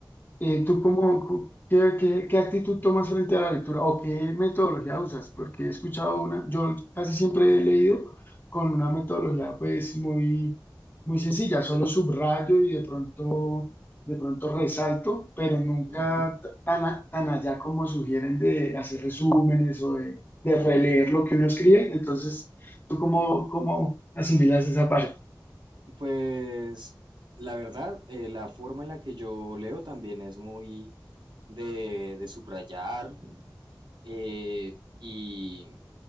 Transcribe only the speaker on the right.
Ujú.
Uy, no.
Pues la verdad, eh, la forma en la que yo leo también es muy de, de subrayar eh, y,